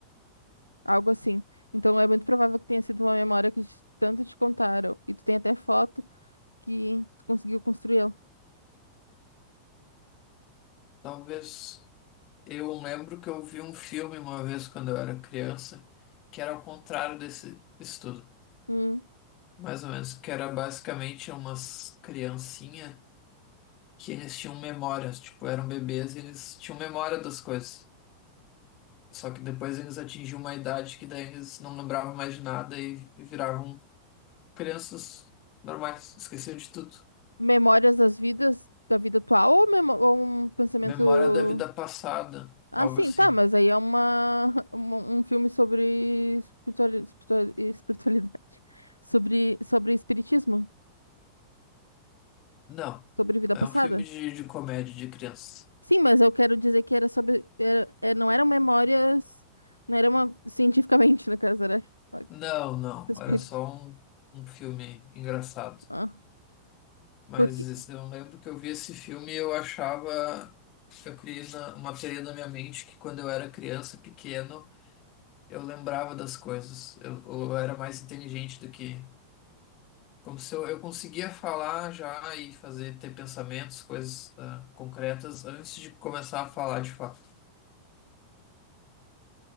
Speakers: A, on the left; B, on the left.
A: Algo assim. Então é muito provável que tenha sido uma memória que te- tanto te contaram. E tu tem até foto que tu conseguiu construir ela.
B: Talvez eu lembro que eu vi um filme uma vez quando eu era criança, que era ao contrário desse estudo.
A: Hum.
B: Mais ou menos, que era basicamente umas criancinhas que eles tinham memórias, tipo, eram bebês e eles tinham memória das coisas. Só que depois eles atingiam uma idade que daí eles não lembravam mais de nada e e viravam Crianças normais, esqueceu de tudo.
A: Memórias das vidas, da vida atual ou, memo- ou um pensamento.
B: Memória da vida passada,
A: Ah,
B: algo
A: sim,
B: assim.
A: tá, mas aí é uma, <laughs> uma- um filme sobre espirituali- espiritua- espiritualidade. <laughs> Sobre, sobre espiritismo.
B: Não,
A: Sobre vida
B: é
A: passada.
B: um filme de, de comédia de criança.
A: Sim, mas eu quero dizer que era sobre. Era, é, não eram memórias. Não era uma. Cientificamente, <laughs> no caso, era. <laughs> uma-
B: Não, não,
A: Espírito.
B: era só um, um filme engraçado.
A: Ah.
B: Mas
A: Porque
B: esse- eu lembro que eu vi esse filme e eu achava, eu criei na- uma teoria na minha mente que quando eu era criança, pequeno, eu lembrava das coisas. Eu, eu era mais inteligente do que Como se eu, eu conseguia falar já e fazer, ter pensamentos, coisas, ah, concretas antes de começar a falar de fato.